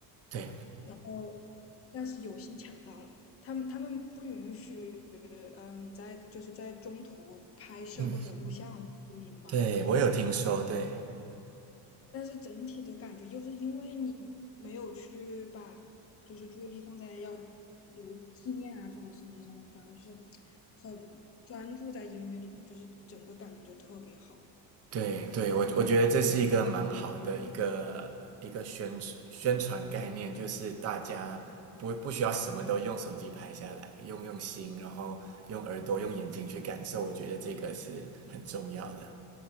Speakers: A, on the right (about 35°); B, on the left (about 35°).
A: 对，
B: 哦，但是有幸抢到了。他们他们不允许，嗯，在就是在中途拍摄或者录像或者录音嘛，
A: 嗯，对我有听说，对，
B: 但是整体的感觉就是因为你没有去把就是注意力放在要留纪念啊这种事情上面，反而是很专注在音乐里面，就是整个感觉就特别好。
A: 对对，我我觉得这是一个蛮好的一个一个宣宣传概念，就是大家不不需要什么都用手机拍下来，用用心，然后用耳朵、用眼睛去感受，我觉得这个是很重要的。